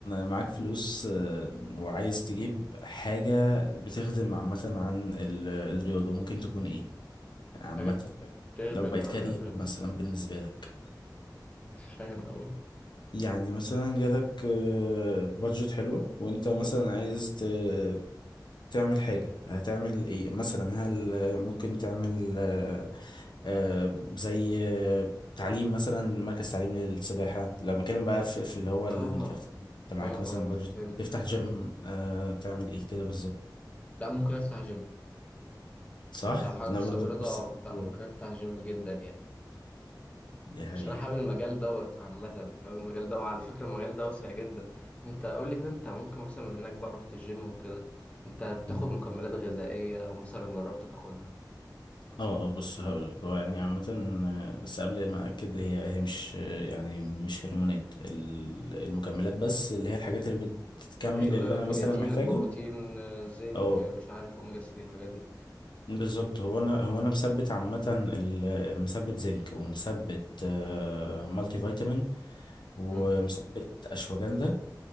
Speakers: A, on the left; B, on the left.
A: معاك فلوس آه، وعايز تجيب حاجة بتخدم عامة عن ال- الرياضة ممكن تكون ايه عامة
B: حاجة
A: حلو.
B: بتخدم
A: لو بقت
B: على
A: إيه، كارير
B: غيره
A: مثلا بالنسبة لك
B: مش فاهم أوي
A: يعني مثلا جالك آه، بادجت حلوة وانت مثلا
B: مم.
A: عايز ت- تعمل حاجة هتعمل ايه مثلا هل آه، ممكن تعمل آه، آه، زي آه، تعليم مثلا مركز تعليم للسباحة لما اتكلم بقى في, في اللي هو ال-
B: اه
A: انت انت معاك
B: اه
A: مثلا
B: اه فهمتك
A: بادجت تفتح
B: فهمتك
A: جيم أه تعمل ايه كده بالظبط
B: لا ممكن افتح جيم
A: صح
B: لو حاجة
A: انا
B: خاصة
A: برضو
B: بالرياضة
A: نفس
B: اه
A: التفكير.
B: لا ممكن افتح جيم جدا يعني
A: دي حقيقة
B: عشان انا حابب المجال دوت عامة حابب المجال دوت على فكرة المجال ده واسع جدا انت قول لي كده انت ممكن مثلا منك بقى رحت الجيم وكده انت بتاخد
A: مم.
B: مكملات غذائية او مثلا جربت تاخدها
A: اه آه، بص هقول لك هو يعني عامة آه، بس قبل ما اكد هي هي مش آه، يعني مش هرمونات ال- المكملات بس اللي هي الحاجات اللي بتكمل
B: ايوه
A: اللي
B: ايوه
A: انا
B: الكرياتين
A: مثلا محتاجه
B: البروتين آه، الزنك
A: اه
B: آه، مش عارف اوميجا 3 الحاجات دي
A: بالظبط هو انا هو انا مثبت عامه ال- مثبت زنك ومثبت آه، مالتي فيتامين ومثبت
B: مم.
A: اشواجندا